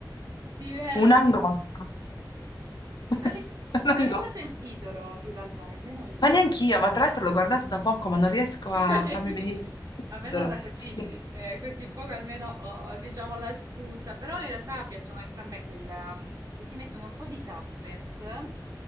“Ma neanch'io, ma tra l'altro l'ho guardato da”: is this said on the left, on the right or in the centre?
Left